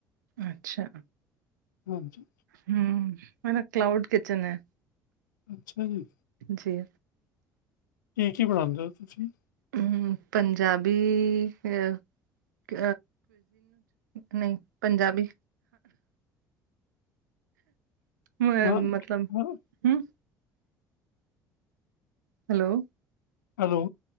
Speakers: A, on the right; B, on the left.
A: ਅੱਛਾ,
B: ਹਾਂਜੀ।
A: ਹੂੰ, ਮੇਰਾ ਕਲਾਊਡ ਕਿਚਨ ਐ।
B: ਅੱਛਾ ਜੀ।
A: ਜੀ।
B: ਕੀ ਕੀ ਬਣਾਂਦੇ ਓ ਜੀ ਤੁਸੀਂ?
A: ਹੂੰ, ਪੰਜਾਬੀ <inaudible> ਨਈ ਪੰਜਾਬੀ, ਮ-ਮਤਲਬ
B: ਹਾਂ ਹਾਂ
A: ਹੂੰ, ਹੈਲੋ,
B: ਹੈਲੋ।